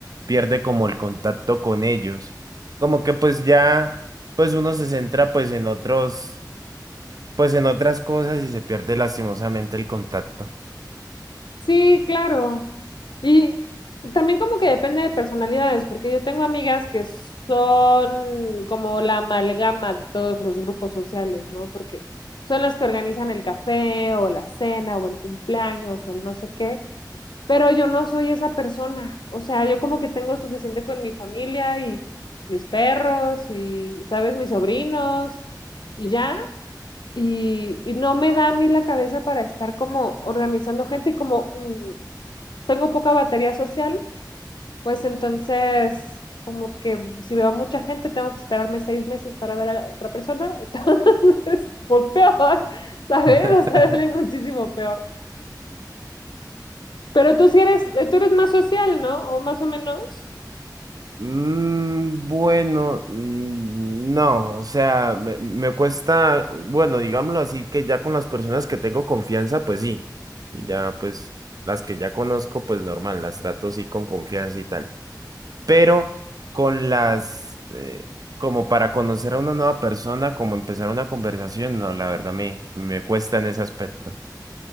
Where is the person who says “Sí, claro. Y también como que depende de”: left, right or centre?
Left